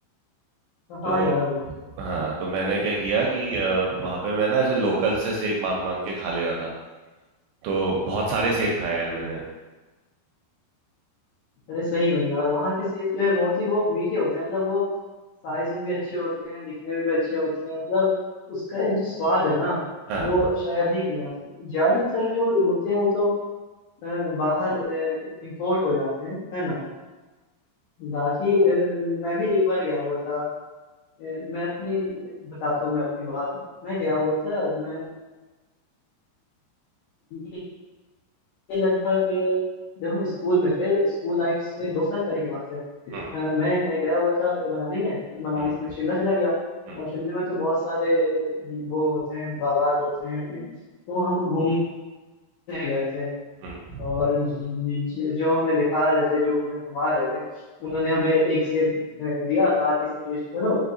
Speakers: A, on the right; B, on the left.
A: तो
B: हाँ यार वो
A: हाँ तो मैंने क्या किया कि अ, वहाँ पे मैं ना ऐसे लोकल से सेब मांग मांग के खा ले रहा था तो बहुत सारे सेब खाए यार मैंने
B: अरे सही में यार वहाँ के सेब जो है बहुत ही वो मीठे होते हैं मतलब वो साइज में भी अच्छे होते हैं दिखने में भी अच्छे होते हैं मतलब उसका एक जो स्वाद है ना
A: हाँ
B: वो शायद ही कहीं आता है ज्यादातर जो होते हैं वो तो अ, बाहर इंपोर्ट हो जाते हैं है ना बाकी अ, मैं भी एक बार गया हुआ था अ, मैं अपनी बताता हूँ मैं अपनी बात मैं गया हुआ था मैं ये ये लगभग अ, जब हम स्कूल में थे स्कूल लाइफ से दो साल पहले की बात है अ,
A: हम्म
B: मैं गया हुआ था मनाली में मनाली
A: हम्म
B: से मैं शिमला चला गया
A: हम्म
B: और शिमला में तो बहुत सारे अ, वो होते हैं बागात होते हैं तो हम घूमने गए थे
A: हम्म
B: और ज- ज- ज- जो हमें दिखा रहे थे जो हमें घुमा रहे थे उन्होंने
A: हम्म।
B: हमें एक सेब अ, दिया कहा कि इसे टेस्ट करो